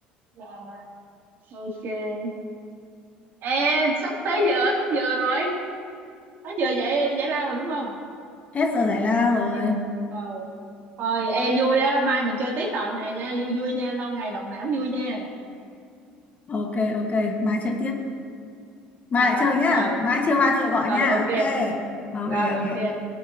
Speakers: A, on the right; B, on the left.
A: rồi ok ê sắp tới giờ hết giờ rồi hết giờ giải giải lao rồi đúng không
B: hết giờ giải lao rồi
A: Ta- ờ thôi ê vui á mai mình chơi tiếp trò này nha vui vui nha lâu ngày động não vui nha
B: ok ok mai chơi tiếp mai
A: ờ
B: lại
A: ờ
B: chơi nhá
A: thôi
B: mai chưa mai tôi lại gọi
A: ờ
B: nhá
A: ok
B: ok ok
A: rồi
B: ok
A: ok